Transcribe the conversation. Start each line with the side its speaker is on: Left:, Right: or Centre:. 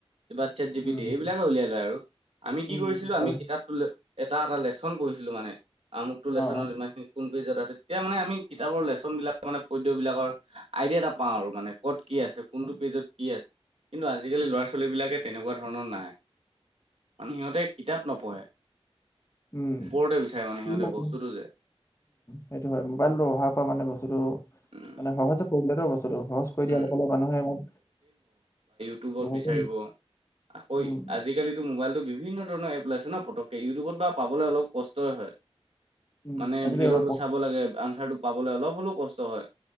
Right: কিবা চেট জি
Left: উম
Right: পি টি এইবিলাকে উলিয়াই লয় আৰু আমি কি
Left: উম,
Right: কৰিছিলো,
Left: হয়।
Right: আমি কিতাপ তোলে, এটা এটা লেচন পঢ়িছিলো মানে আমুকটো
Left: অ
Right: লেচনৰ
Left: অ
Right: ইমানখিন কোন পেজত আছে এতিয়া মানে আমি কিতাপৰ লেচনবিলাক মানে পদ্যবিলাকৰ আইডিয়া এটা পাওঁ আৰু মানে ক'ত কি আছে? কোনটো
Left: উম
Right: পেজত কি আছে? কিন্তু আজিকালি ল'ৰা - ছোৱালীবিলাকে তেনেকুৱা ধৰণৰ নাই। মানে সিহঁতে কিতাপ নপঢ়ে।
Left: উম
Right: ওপৰতে বিচাৰে মানে সিহঁতে
Left: উম,
Right: বস্তুটো যে।
Left: সেইটো হয় মোবাইলটো অহাৰ পৰা মানে বস্তুটো
Right: উম
Left: মানে সহজে কৰি দিলেতো বস্তুটো, সহজ কৰি দিয়া
Right: উম
Left: লগে লগে মানুহে ইমান
Right: টোবত
Left: বহুতে
Right: বিচাৰিব আকৌ
Left: উম
Right: আজি কালিতো মোবাইলটো বি বিভিন্ন ধৰণৰ এপ ওলাইছে ন পতককে, ইউটিউবত বা পাবলৈ অলপ কষ্টই হয়।
Left: উম
Right: মানে
Left: আজিকালি
Right: ভিডিঅ'টো
Left: অ অ
Right: চাব লাগে আনচাৰটো পাবলৈ অলপ হ'লেও কষ্ট হয়